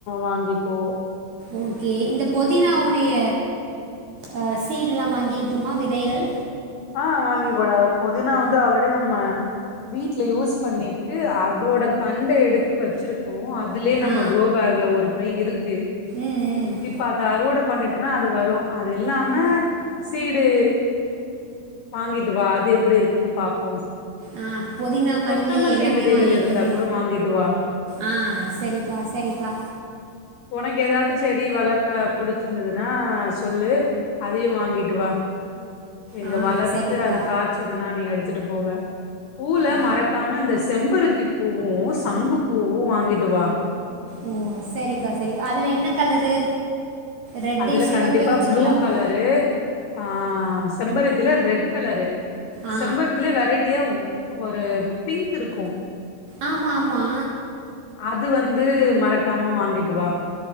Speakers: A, on the left; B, on the right.
A: வாங்கிக்கோ
B: ஓகே இந்த பொதினாவுடைய அ சீடுல்லா வாங்கிக்ட்டுமா விதைகள்
A: ஆ வாங்கிக்கோடா பொதினா வந்து ஆல்ரெடி நம்ம வீட்ல யூஸ் பண்ணிட்டு அதோட தண்டு எடுத்து வச்சிருக்கோ அதுலயே நம்ம
B: ஆ
A: குரோ பேக்ல ஒரு பை இருக் கு
B: ம் ம்
A: இப்ப அத அறுவட பண்ணிட்டுனா அது வரு அது இல்லாம சீடு வாங்கிட்டு வா அது எப்டி இருக்குன்னு பாப்போ
B: ஆ புதினா
A: கொத்தமல்லி
B: மல்லி எல்லாமே
A: விதைகள்
B: வாங்கிக்கிறே
A: இருந்தா கூட வாங்கிட்டு வா
B: ஆ சரிக்கா சரிக்கா
A: ஒனக்கு ஏதாது செடி வளக்க புடிச்சிருந்ததுன்னா சொல்லு அதையு வாங்கிட்டு வா இங்க
B: ஆ
A: வளத்து
B: சரிக்கா
A: அது காய்சதுன்னா நீ எடுத்துட்டு போக பூல
B: ஆ
A: மறக்காம இந்த செம்பருத்தி பூவு சங்கு பூவு வாங்கிட்டு வா
B: ஓ சரிக்கா சரிக்கா அதுல என்ன கலரு ரெட்டு
A: அதுல
B: சிவப்பே
A: கண்டிப்பா
B: வச்சுக்கலாமா
A: ப்ளூ கலரு ஆ செம்பருத்தில ரெட் கலரு
B: ஆ
A: செம்பருத்தில வெரைட்டியா ஒரு பிங்க் இருக்கு
B: ஆமாமா
A: அது வந்து மறக்காம வாங்கிட்டு வா